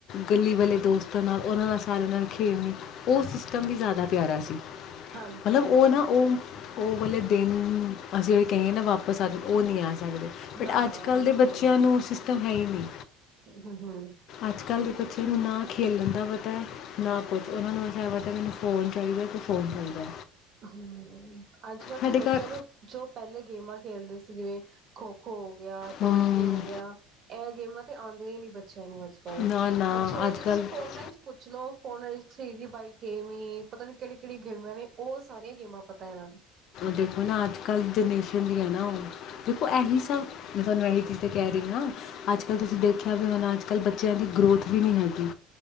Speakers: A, on the left (about 55°); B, on the right (about 50°).
A: ਗਲੀ ਵਾਲੇ ਦੋਸਤਾਂ ਨਾਲ ਉਹਨਾਂ ਦਾ ਸਾਰਿਆਂ ਨਾਲ ਖੇਲ ਨੀ। <inaudible> ਜਿਆਦਾ ਪਿਆਰਾ ਸੀ--ਮਤਲਬ
B: ਹਾਂਜੀ
A: ਉਹ ਨਾ ਉਹ ਉਹ ਵਾਲੇ ਦਿਨ ਅਸੀਂ ਜਿੇ ਕਹੀਏ ਨਾ ਵਾਪਸ ਆ ਉਹ ਨਹੀਂ ਆ ਸਕਦੇ
B: ਨਾ
A: ਬਟ
B: ਨਾ
A: ਅੱਜ ਕੱਲ੍ਹ
B: ਬਿਲਕੁਲ
A: ਦੇ ਬੱਚਿਆਂ
B: ਵੀ ਨਹੀਂ
A: ਨੂੰ ਸਿਸਟਮ ਹੈ ਹੀ ਨਹੀਂ
B: ਹੂੰ ਹੂੰ
A: ਅੱਜ ਕੱਲ੍ਹ ਦੇ। ਨਾ ਖੇਲਣ ਦਾ ਪਤਾ ਨਾ ਕੁਝ ਉਹਨਾਂ ਨੂੰ ਮੈਨੂੰ ਫੋਨ ਚਾਹੀਦਾ ਕਿ ਫੋਨ ਚਾਹੀਦਾ
B: <inaudible> ਹਮ ਅੱਜ ਕੱਲ
A: ਸਾਡੇ
B: ਦੇ ਬੱਚਿਆਂ
A: ਘਰ
B: ਨੂੰ ਜੋ ਪਹਿਲੇ ਗੇਮਾਂ ਖੇਲਦੇ ਸੀ ਜਿਵੇਂ ਖੋਖੋ <unintelligible> ਕਬੱਡੀ
A: ਹਮ,
B: ਹੋ ਗਿਆ ਇਹ ਗੇਮਾਂ ਤੇ ਆਉਂਦੇ ਹੀ ਨਹੀਂ ਬ ਨੂੰ ਅੱਜ ਕੱਲ
A: ਨਾ ਨਾ
B: ਅਛਾ
A: ਅੱਜ
B: ਤੁਸੀਂ
A: ਕੱਲ੍ਹ
B: ਫੋਨ ਨਾ ਹੀ ਪੁੱਛ ਲਓ ਹੁਣ ਥਰੀ ਜੀ ਬਾਈਕ ਗੇਮ ਐ ਪਤਾ ਨਹੀਂ ਕਿਹੜੀਆਂ ਕਿਹੜੀਆਂ ਗੇਮਾਂ ਨੇ। ਉਹ ਸਾਰੀਆਂ ਗੇਮਾਂ ਪਤਾ ਇਹਨਾਂ ਨੂੰ
A: ਦੇਖੋ ਨਾ ਅੱਜ ਕੱਲ ਦੇ ਵੀ ਹੈ ਨਾ ਦੇਖੋ ਐਹੀ ਸਭ ਮੈਂ ਤੁਹਾਨੂੰ ਇਹੀ ਚੀਜ਼ ਤੇ ਕਹਿ ਰਹੀ ਹਾਂ ਅੱਜਕੱਲ ਤੁਸੀਂ ਦੇਖਿਆ ਵੀ ਹੋਣਾ ਅੱਜਕੱਲ ਬੱਚਿਆਂ ਦੀ ਗ੍ਰੋਥ ਵੀ ਨਹੀਂ ਹੈਗੀ